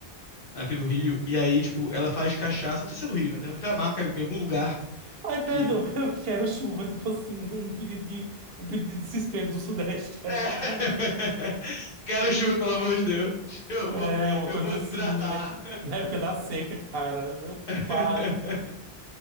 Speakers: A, on the left; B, on the right.
A: aqui do Rio. E aí, tipo, ela faz cachaça. Não sei se é do Rio, né? Tem tem uma marca em algum lugar
B: Ai,
A: que.
B: perdoa, <laughs> eu quero chuva, tipo assim, um pedido de, um pedido de desespero do Sudeste, <laughs> quero chuva.
A: <laughs> Quero chuva, pelo amor de Deus. Eu
B: É,
A: vou,
B: uma
A: eu
B: coisa
A: vou
B: assim,
A: desidratar.
B: no- né, na época da seca, cara, meu pai.
A: <laughs>